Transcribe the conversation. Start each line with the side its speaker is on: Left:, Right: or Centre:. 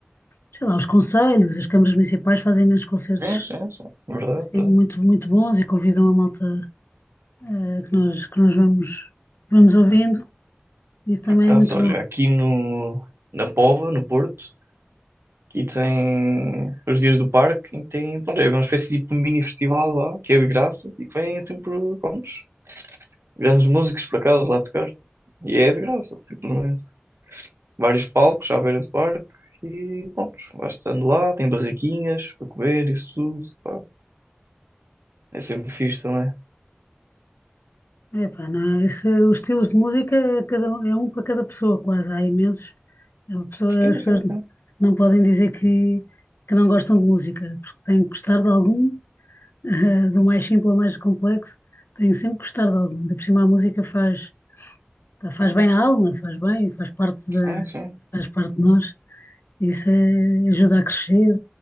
Left: sei lá, os conselhos, as câmaras municipais fazem imensos concertos
Right: sim, sim, sim. Verdade,
Left: assim,
Right: verdade.
Left: muito, muito bons e convidam a malta. eh, que nós, que nós vamos, vamos ouvindo. Isso também
Right: Por acaso,
Left: é muito
Right: olha,
Left: bom.
Right: aqui no, na Póvoa, no Porto, Aqui tem os dias do parque e tem, pronto, é uma espécie de tipo um mini festival lá, que é de graça e que vem sempre, pronto, grandes músicos por acaso lá tocar. E é de graça, simplesmente. Vários palcos à beira do parque e pronto, vais estando lá, tem barraquinhas para comer, isso tudo, pá. É sempre fixe também.
Left: Epá, não é? Esse- Os estilos de música é, cada um- é um para cada pessoa, quase. Há imensos. A pessoa-
Right: Sim,
Left: As pessoas
Right: sim, sim.
Left: não podem dizer que, que não gostam de música, porque têm que gostar de algum, eh, do mais simples ao mais complexo, têm sempre que gostar de algum. Ainda por cima, a música faz, pá, faz bem à alma, faz bem, faz parte da,
Right: Sim, sim.
Left: faz parte de nós. Isso é, ajuda a crescer,